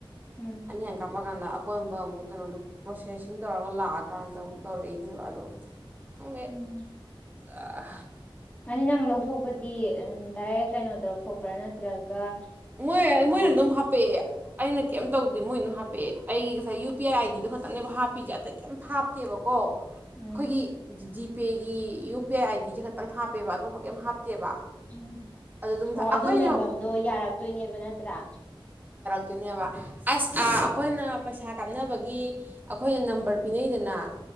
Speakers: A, on the left; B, on the right.
A: ꯎꯝ
B: ꯑꯅꯤ ꯍꯥꯟꯅ ꯀꯥꯞꯄꯛꯀꯥꯟꯗ ꯑꯀꯣꯟꯕ ꯑꯃꯨꯛ ꯀꯩꯅꯣꯗꯣ ꯄ꯭ꯔꯣꯁꯦꯁꯤꯡ ꯇꯧꯔꯒ ꯂꯥꯛꯑꯀꯥꯟꯗ ꯑꯃꯨꯛ ꯇꯧꯔꯛꯏꯅꯦꯕ ꯑꯗꯣ ꯈꯡꯗꯦ
A: ꯎꯝ
B: ꯑꯥ
A: ꯑꯅꯤ ꯅꯪ ꯂꯧꯊꯣꯛꯄꯗꯤ ꯗꯥꯏꯔꯦꯛ ꯀꯩꯅꯣ ꯇꯧꯔ ꯊꯣꯛꯄ꯭ꯔꯥ ꯅꯠꯇ꯭ꯔꯒ
B: ꯃꯣꯏ
A: ꯑ
B: ꯃꯣꯏꯅ ꯑꯗꯨꯝ ꯍꯥꯄꯛꯑꯦ ꯑꯩꯅ ꯀꯩꯝ ꯇꯧꯗꯦ ꯃꯣꯏꯅꯝ ꯍꯥꯞꯄꯛꯑꯦ ꯑꯩꯒꯤ ꯉꯁꯥꯏ ꯌꯨ ꯄꯤ ꯑꯥꯏ ꯑꯥꯏ ꯗꯤꯗꯣ ꯈꯛꯇꯪꯅꯦꯕ ꯍꯥꯞꯄꯤꯁꯦ ꯑꯇꯩ ꯀꯩꯝꯇ ꯍꯥꯞꯇꯦꯕꯀꯣ ꯑꯩꯈꯣꯏꯒꯤ
A: ꯎꯝ
B: ꯖꯤ ꯄꯦꯒꯤ ꯌꯨ ꯄꯤ ꯑꯥꯏ ꯑꯥꯏꯗꯤꯁꯦ ꯈꯛꯇꯪ ꯍꯥꯞꯄꯦꯕ ꯑꯇꯣꯞꯄ ꯀꯩꯝ ꯍꯥꯞꯇꯦꯕ
A: ꯎꯝ
B: ꯑꯗꯨ ꯑꯗꯨꯝ
A: ꯑꯣ
B: ꯑꯩꯈꯣꯏꯅ
A: ꯑꯗꯨ ꯃꯦꯟꯐꯝꯗꯣ ꯌꯥꯔꯛꯇꯣꯏꯅꯦꯕ ꯅꯠꯇ꯭ꯔꯥ
B: ꯑꯗꯨꯏꯅꯦꯕ ꯑꯁ ꯑꯩꯈꯣꯏꯅ ꯄꯩꯁꯥ ꯀꯥꯞꯅꯕꯒꯤ ꯑꯩꯈꯣꯏꯅ ꯅꯝꯕꯔ ꯄꯤꯅꯩꯗꯅ